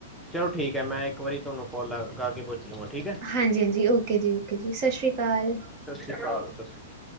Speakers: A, in the centre; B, on the right.
A: ਚਲੋ ਠੀਕ ਐ, ਮੈਂ ਇੱਕ ਵਾਰੀ ਥਾਨੂੰ ਕਾੱਲ ਗਾ ਕੇ ਪੁੱਛ ਹੋਰ ਠੀਕ ਐ?
B: ਹਾਂਜੀ-ਹਾਂਜੀ ਓਕੇ ਜੀ, ਓਕੇ ਜੀ ਸਾਸ਼੍ਰੀਕਾਲ।
A: ਹਾਂ ਸਸਰੀਕ।